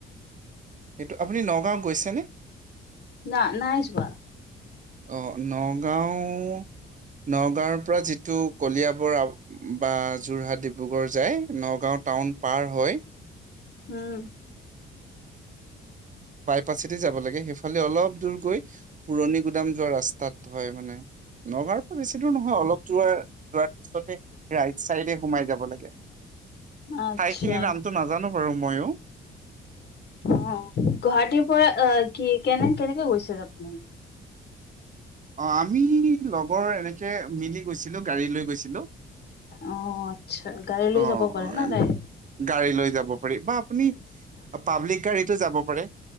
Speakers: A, on the right; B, on the left.
A: এইটো আপুনি নগাঁও গৈছেনে
B: না নাই যোৱা।
A: অ নগাঁও। নগাঁওৰ পৰা যিটো কলিয়াবৰ বা যোৰহাট ডিব্ৰুগড় যায় নগাঁওত। টাউন পাৰ হৈ।
B: উম।
A: পাচেদি যাব লাগে সেইফালে অলপ দূৰ গৈ পুৰণি গুদাম যোৱা ৰাস্তাত হয় মানে। নগাঁওৰ পৰা বেছি দূৰ নহয় অলপ দূৰে যোৱাৰ পিছতে ৰাইট চাইডে সোমাই যাব লাগে।
B: আচ্ছা
A: ঠাইখিনিৰ নামটো নাজানোঁ বাৰু মইও।
B: অ', গুৱাহাটীৰ পৰা আ কি কেনে-কেনেকে গৈছিল আপুনি?
A: অ', আমি লগৰ এনেকে মিলি গৈছিলো, গাড়ী লৈ গৈছিলো।
B: অ'। আচ্ছা গাড়ী লৈ
A: অ',
B: যাব পাৰে ন ডাইৰেক্ট
A: গাড়ী লৈ যাব পাৰি বা আপুনি পাব্লিক গাড়ীতো যাব পাৰে।